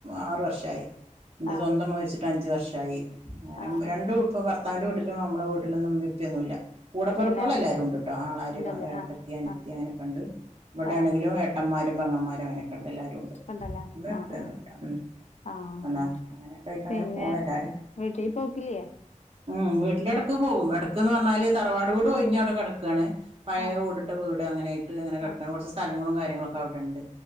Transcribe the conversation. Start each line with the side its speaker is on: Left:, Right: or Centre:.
Right: ആറു വർഷായി ന്റെ
Left: ആഹ്
Right: സ്വന്തം ഉമ്മ മരിച്ചിട്ട് ട്ട അഞ്ചു വർഷമായി അങ്ങനെ
Left: ആഹ്
Right: രണ്ടും
Left: ആഹ്
Right: ഇപ്പോ ഭർത്താവിന്റെ വീട്ടിലും നമ്മളെ വീട്ടിലൊന്നും മ്മിം പ്പിഒന്നുല്ല. കൂടെപ്പറപ്പുകളെല്ലാരും
Left: ഇല്ലല്ലേ
Right: ഉണ്ട് ട്ടോ, ആങ്ങളാര്,
Left: ഇണ്ടല്ലേ
Right: ഏട്ടത്തി,
Left: ആഹ്
Right: അനിയത്തി
Left: ആഹ്
Right: അങ്ങനൊക്കെണ്ട് ഇബടെണെങ്കിലും
Left: ആഹ്
Right: ഏ ട്ടന്മാരും പെങ്ങന്മാരും അങ്ങനക്കണ്ട് എല്ലാരും ഉ
Left: ഉണ്ടല്ലേ ആഹ്.
Right: <unintelligible>
Left: ആഹ്
Right: ഉം
Left: ആഹ്
Right: എന്നാ അങ്ങനെയൊക്കെ ആയിട്ട്
Left: പിന്നെ
Right: അങ്ങനെ പോണ് എല്ലാവരും
Left: വീട്ടീൽ പോക്കില്ലേ.
Right: ഉം വീട്ടിലെടക്ക് പോവും എടക്ക്ന്ന് പറഞ്ഞാല് തറവാട് വീട് ഒഴിഞ്ഞവടെ കെടക്കാണ് പഴെ
Left: ആഹ്
Right: ഓട് ട്ടെ വീട് അങ്ങനെയായിട്ട് അങ്ങനെ കെടക്കാണ്
Left: ആഹ്
Right: കൊർച്ച് സ്ഥലങ്ങളും കാര്യങ്ങളൊക്കെ അവിടെണ്ട്.